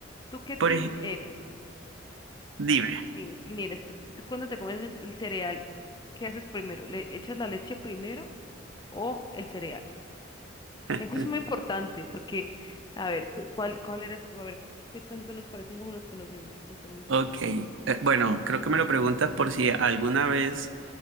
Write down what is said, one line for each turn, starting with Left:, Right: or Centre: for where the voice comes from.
Left: ¿tú qué tin
Right: Por ejemplo,
Left: eres?
Right: dime.
Left: Tin, tin eres. ¿Tú, tú cuando te comes el cereal, qué haces primero? ¿Le echas la leche primero o el cereal?
Right: <laughs>
Left: Eso es muy importante porque, a ver, cu- ¿cuál, cuál eres tú? A ver, ¿qué tanto nos parecemos o nos conocemos? Si somos
Right: Ok, eh, bueno, creo que me lo preguntas por si alguna vez